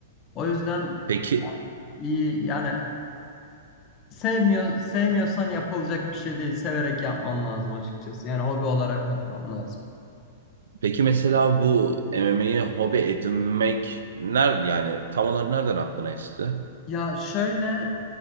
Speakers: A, on the left (about 30°); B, on the right (about 85°).
A: O yüzden
B: Peki
A: iyi yani sevmiyor sevmiyorsan yapılacak bir şey değil. Severek yapman lazım açıkçası. Yani hobi olarak yapman lazım.
B: peki mesela bu MMA'yi hobi edinmek nerede yani tam olarak nereden aklına esti?
A: Ya şöyle